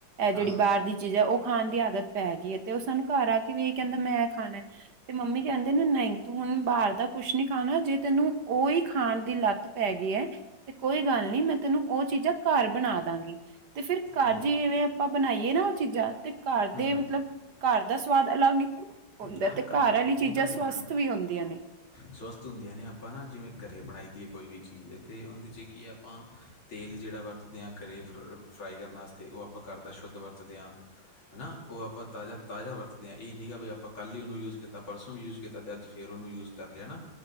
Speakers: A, on the right; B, on the left.
A: ਇਹ ਜਿਹੜੀ
B: ਹਾਂ
A: ਬਾਹਰ ਦੀ। ਚੀਜ਼ ਉਹ ਖਾਣ ਦੀ ਆਦਤ ਪੈ ਗਈ ਐ ਤੇ ਉਹ ਸਾਨੂੰ ਘਰ ਆ ਕੇ ਵੀ ਇਹ ਕਹਿੰਦਾ ਮੈਂ ਖਾਣਾ। ਤੇ ਮੰਮੀ ਕਹਿੰਦੇ ਨੇ ਨਹੀਂ ਤੂੰ ਹੁਣ ਬਾਹਰ ਦਾ ਕੁਛ ਨੀ ਖਾਣਾ ਜੇ ਤੈਨੂੰ ਹੀ ਖਾਣ ਦੀ ਲੱਤ ਪੈ ਗਈ ਹੈ ਤੇ ਕੋਈ ਗੱਲ ਨੀ ਮੈਂ ਤੈਨੂੰ ਉਹ ਚੀਜ਼ਾਂ ਘਰ ਬਣਾ ਦਾਂਗੀ ਤੇ ਫਿਰ ਘਰ
B: ਹਾਂਜੀ
A: ਜਵੇਂ ਆਪਾਂ ਬਣਾਈਏ ਨਾ ਉਹ ਚੀਜ਼ਾਂ ਤੇ ਘਰ ਦੇ
B: ਹੂੰ
A: ਮਤਲਬ ਘਰ ਦਾ ਸਵਾਦ ਅਲੱਗ ਹੀ ਹੁੰਦਾ
B: ਆਹ
A: ਤੇ।
B: ਕਰ
A: ਘਰ ਵਾਲੀ
B: ਉਹ
A: ਚੀਜ਼ਾਂ
B: ਤਾਂ ਹੈ
A: ਸਵਾਸਥ
B: ਹੀ ਮੈਡਮ
A: ਵੀ ਹੁੰਦੀਆਂ ਨੇ।
B: ਸਵਸਥ ਹੁੰਦੀਆਂ ਨੇ ਆਪਾਂ ਨਾ ਜਿਵੇਂ ਘਰੇ ਬਣਾਈ ਦੀਏ ਕੋਈ ਵੀ ਚੀਜ਼ ਅਤੇ ਉਹਦੇ 'ਚ ਕੀ ਹੈ ਆਪਾਂ ਤੇਲ ਜਿਹੜਾ ਵਰਤਦੇ ਹਾਂ ਘਰੇ ਫ ਫਰਾਈ ਕਰਨ ਵਾਸਤੇ ਉਹ ਆਪਾਂ ਘਰ ਦਾ ਸ਼ੁੱਧ ਵਰਤਦੇ ਹਾਂ ਹੈਾ ਉਹ ਆਪਾਂ ਤਾਜ਼ਾ ਤਾਜ਼ਾ ਵਰਤਦੇ ਹਾਂ ਇਹ ਨਹੀਂ ਗਾ ਵੀ ਆਪਾਂ ਕੱਲ੍ਹ ਹੀ ਉਹਨੂੰ ਯੂਜ ਕੀਤਾ ਪਰਸੋਂ ਵੀ ਯੂਜ ਕੀਤਾ ਅਤੇ ਅੱਜ ਰੋ ਨੂੰ ਯੂਜ ਕਰ ਲਿਆ